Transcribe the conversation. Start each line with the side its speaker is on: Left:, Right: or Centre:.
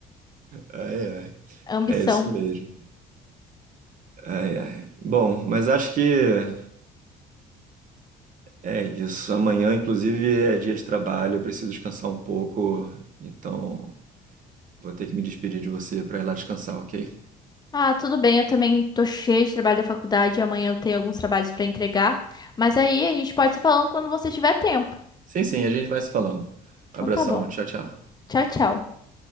Right: Ai, ai.
Left: Ambição.
Right: É isso mesmo. Ai, ai. Bom, mas acho que É isso. Amanhã, inclusive, é dia de trabalho, eu preciso descansar um pouco, então vou ter que me despedir de você para ir lá descansar, ok?
Left: Ah, tudo bem, eu também tô cheia de trabalho da faculdade. Amanhã eu tenho alguns trabalhos para entregar. Mas aí a gente pode se falando quando você tiver tempo.
Right: Sim, sim, a gente vai se falando. Abração,
Left: Então tá bom.
Right: tchau, tchau.
Left: Tchau, tchau.